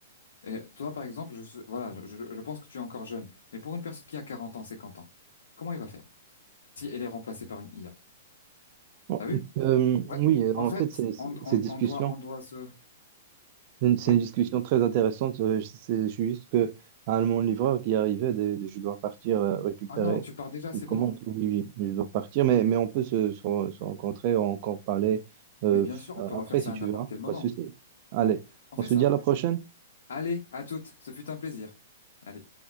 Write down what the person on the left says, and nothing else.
Et toi, par exemple, je, voilà, je, je je pense que tu es encore jeune, mais pour une personne qui a 40 ans, 50 ans, comment il va faire? si elle est remplacée par une IA.
T'as vu?
Ouais.
En fait,
on,
on-
on doit, on doit se...
Oui?
Ah non, tu pars déjà,
c'est
bon?
Mais bien
sûr, on peut refaire
ça
à n'importe
quel moment.
On
fait
ça.
Allez, à toutes, ce fut un plaisir. Allez.